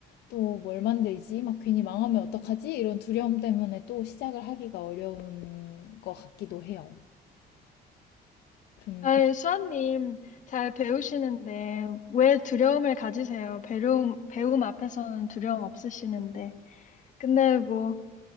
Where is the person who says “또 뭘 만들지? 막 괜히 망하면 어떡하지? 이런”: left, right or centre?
Left